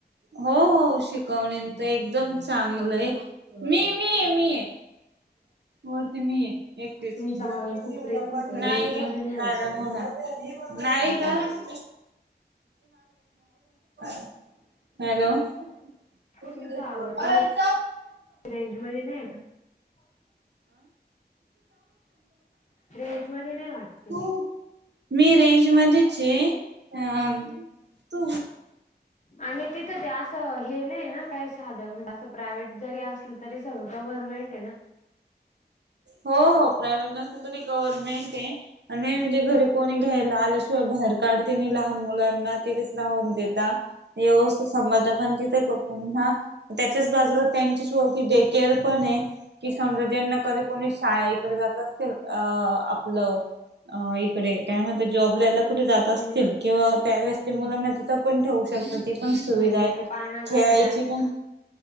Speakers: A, on the right; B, on the left.
A: हो हो शिकवणेन तर एकदम चांगलं आहे मी मी आहे मी आहे. वरती मी आहे एकटीच
B: तुमचा
A: नाही
B: आवाज खूप ब्रेक होतोय रेंज
A: द्या.
B: मध्ये नाही वाटत
A: कारण होणार
B: मला
A: नाही ग. <unintelligible> हॅलो. <unintelligible>
B: तुमचा आवाज तुम्ही रेंज मध्ये नाही रेंज मध्ये नाही वाटत तुम्ही
A: तु मी रेंजमध्येच ये अ तू
B: आणि तिथं ते असं हे नाही ना काय साध म्हणजे अस प्रायव्हेट जरी असल तरी सगळं गव्हर्मेंट आहे ना.
A: हो हो प्रायव्हेट नसत तरी गव्हर्नमेंट आहे. पण हे म्हणजे घरी कोणी घ्यायला आल्याशिवाय बाहेर काढते नाही लहान मुलांना तिथे लाऊन देता. व्यवस्थ सभाळता पण तिथे पुन्हा त्याच्याच बाजूला त्यांचीच वरती डे केअर पण आहे, की समजा ज्यांना कधी कोणी शाळे इकडे जात असतील अ आपलं, इकडे काय म्हणत जॉब यायला. कुठे जात असतील
B: हम्म
A: किंवा त्या वळेस
B: हम्म
A: मुलांना तिथं पण ठेवू शकताते. पण सुविधा
B: म्हणजे
A: आहे,
B: ते पाळणा घरा
A: खेळायची
B: टाईप आहे
A: पण.
B: का